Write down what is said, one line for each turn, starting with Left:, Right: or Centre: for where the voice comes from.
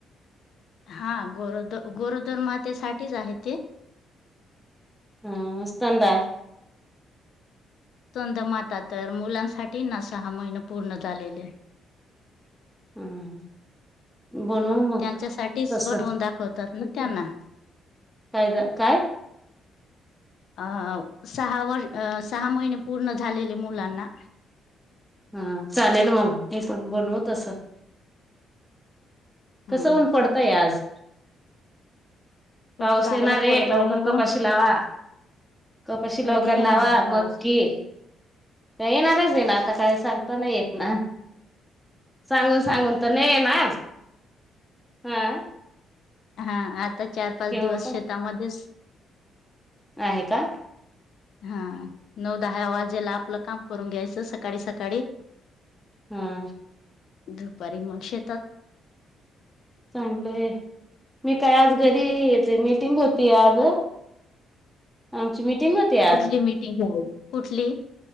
Left: हा गरोदर गरोदर मातेसाठीच आहे ते.
Centre: हम मस्तंदा
Left: स्तन दा तर मुलांसाठी ना सहा महिने पूर्ण झालेले.
Centre: हम्म. बनवू मग
Left: त्यांच्या साच
Centre: तस
Left: बनवून दाखवतात ना त्यांना
Centre: काय काय?
Left: अं सहा वर्ष सहा महिने पूर्ण झालेले मुलांना
Centre: हा चालेल मग मी पण बनवू तस.
Left: हम्म
Centre: कसं ऊन पडतंय आज
Left: खूप
Centre: पाऊस
Left: चांगला
Centre: येणारे
Left: पडतो
Centre: लवकर
Left: आहे ऊन
Centre: कपाशी लावा. कपाशी लवकर
Left: कधी येणार
Centre: लावा
Left: आहे पाऊस
Centre: मगकी का येणारच येणार. आता काय सांगता नाही येत ना. सांगून सांगून तर नाही मा हा.
Left: हा आ. आता चार पाच
Centre: केव्हा
Left: दिवस
Centre: पण
Left: शेतामध्येच
Centre: आहे का?
Left: हा नऊ दहा वाजेला आपलं काम करून घ्यायचं सकाळी सकाळी
Centre: हम्म.
Left: दधुपारी म्हग शेतात.
Centre: चांगलंय मी काय आज घरी मिीटिंग होती आज आमची मिटिंग होती
Left: कुठली मिटिंग आहे कुठली?